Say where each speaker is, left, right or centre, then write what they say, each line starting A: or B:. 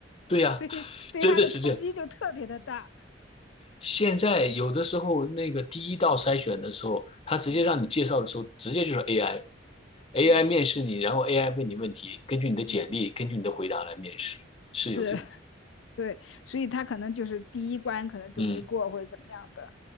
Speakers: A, on the left; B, on the left.
A: 对呀，
B: 所以对他的冲击就特别的大。
A: <laughs> 真的是这样。现在有的时候那个第一道筛选的时候，他直接让你介绍的时候，
B: 嗯
A: 直接就是 AI，AI
B: 嗯
A: 面试你，然后 AI 问你问题，根据你的简历，
B: 嗯，
A: 根据你的回答来面试，是有这种，
B: 是 <laughs> 对，所以他可能就是第一关可能都没过或者怎么样的。
A: 嗯